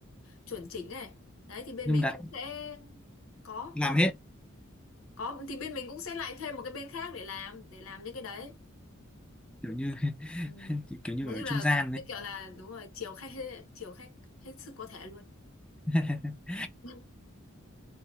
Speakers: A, on the left (about 80°); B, in the centre.
A: chuẩn chỉnh này đấy thì bên
B: nhưng
A: mình
B: mà
A: cũng
B: đặt
A: sẽ có
B: làm hết
A: có thì bên mình cũng sẽ lại thêm một cái bên khác để làm để làm những cái đấy
B: kiểu như <laughs>
A: Ừ.
B: kiểu như
A: Nói
B: ở
A: chung
B: trung
A: là
B: gian đấy
A: như kiểu là đúng rồi chiều khách hết- chiều khách hết sức có thể luôn
B: <laughs>
A: <laughs>